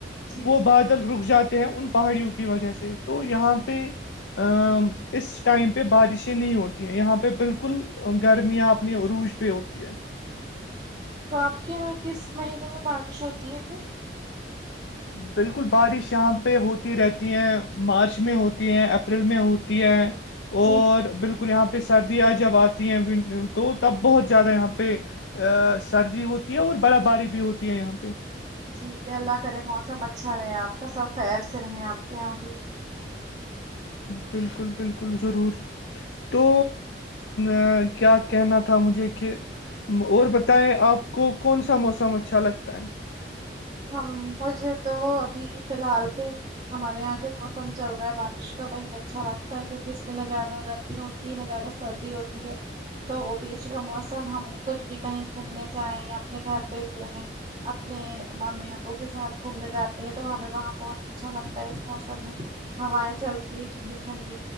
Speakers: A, on the right; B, on the left.
A: جی
B: وہ
A: جی
B: بادل رک جاتے ہیں ان پہاڑیوں کی وجہ سے تو یہاں
A: جی جی
B: پہ ا اس ٹائم پہ بارشیں نہیں ہوتی ہیں یہاں پہ بالکل ل گرمیاں اپنی عروج پہ ہوتی ہے
A: تو آپ کے یہاں کس مہینے میں بارش ہوتی ہے پھر <unintelligible>
B: بالکل بارش یہاں پہ ہوتی رہتی ہے مارچ میں ہوتی ہے اپریل میں ہوتی ہے
A: جی
B: اور
A: جی جی
B: بالکل یہاں پہ سردیاں جب آتی ہیں تو تب بہت زیادہ یہاں پہ ا سردی ہوتی ہے اور برا بارش بھی ہوتی ہے یہاں پہ
A: جی جی اللہ کرے موسم اچھا رہے آپ کا سب خیر سے رہے آپ کے یہاں بھی
B: بالکل بالکل ضرور تو ا کیا کہنا تھا مجھے کہ اور بتائیں آپ کو کون سا موسم اچھا لگتا ہے
A: ہم مجھے تو ابھی فی الحال پ ہمارے یہاں جو موسم چل رہا ہے بارش کا وہی اچھا لگتا ہے کیوںک اس میںہ نہ زیادہ گرمی ہو ا ن زیادہ سردی ہوتی ہے تو بیچ کا موسم ہم کچھ بھی کہیں گھومنے جائیں یا اپنے گھر پہ بھی رہیں اپنے امی ابو کے ساتھ گھومنے جاتے ہیں تو ہمیں وہاں بہت اچھا لگتا ہے اس موسم میں ہوائیں چلتی ہے ٹھنڈی ٹھنڈی